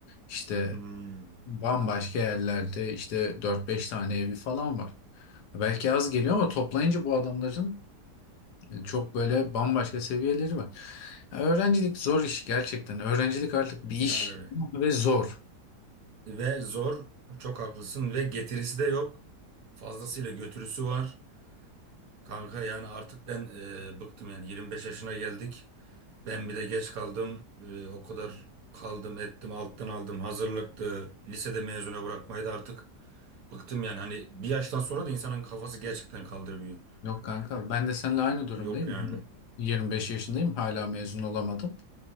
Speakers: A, on the left; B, on the right.
A: işte
B: Hmm.
A: bambaşka yerlerde işte dört beş tane evi falan var. Belki az geliyor ama toplayınca bu adamların e, çok böyle bambaşka seviyeleri var. Ya öğrencilik zor iş gerçekten. Öğrencilik artık bir iş
B: Yani.
A: ve zor.
B: Ve zor. Çok haklısın. Ve getirisi de yok. Fazlasıyla götürüsü var. Kanka yani artık ben e, bıktım yani 25 yaşına geldik. Ben bir de geç kaldım. E, o kadar kaldım ettim alttan aldım hazırlıktı. Lisede mezuna bırakmayı da artık bıktım yani. Hani bir yaştan sonra da insanın kafası gerçekten kaldırmıyor.
A: Yok kanka ben de seninle aynı durumdayım.
B: Yok yani.
A: 25 yaşındayım hala mezun olamadım.